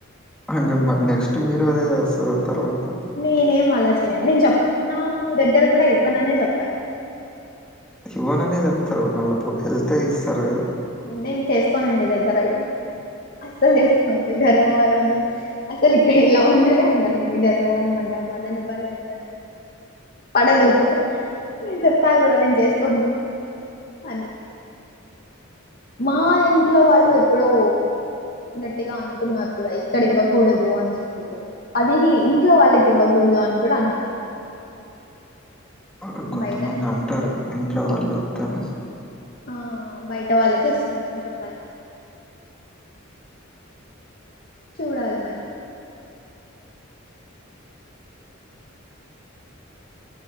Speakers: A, in the centre; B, on the left.
A: అంకా మరి నెక్స్ట్ మీరు అదే చేస్తరు తర్వాత
B: నేనేం అలా చెయను నేను చెప్ప నాకు దగ్గర కూడా ఇవ్వననే చెప్పారు
A: శివనన్నయది ఒక్కరూ నలుపు హెల్తే ఇస్తారు కదా
B: నేను చేసుకోనండి దగ్గర అయితే అస్సలు చేసుకోను ఈ ధర్మవరము అట్ అసలు ఇక్కడ ఇలా ఉండనే ఉండాలి నే ఈ ధర్మవరం అంట మదనపల్లి అని పడదు నేను చెప్పా కూడా నేను చేసుకోను అని మా ఇంట్లో వాళ్ళు ఎప్పుడో గట్టిగా అనుకున్నారు కూడా ఇక్కడ ఇవ్వకూడదు అని చెప్పి అది ఇంట్లో వాళ్ళకి ఇవ్వకూడదు అని కూడా అనుకున్నా
A: ఆ కొంతమంది
B: బయటనే ఇస్తారు
A: అంటారు ఇంట్లో వాళ్ళు వద్ద అనేసి
B: ఆ బయట వాళ్ళకే ఇస్తారని చెప్పారు చూడాలి మరి